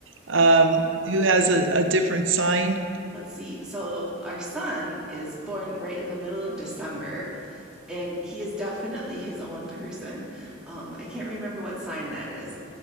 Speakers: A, on the right; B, in the centre.
A: um, who has a, a different sign?
B: Let's see. So our son is born right in the middle of December, and he is definitely his own person. Um, I can't remember what sign that is,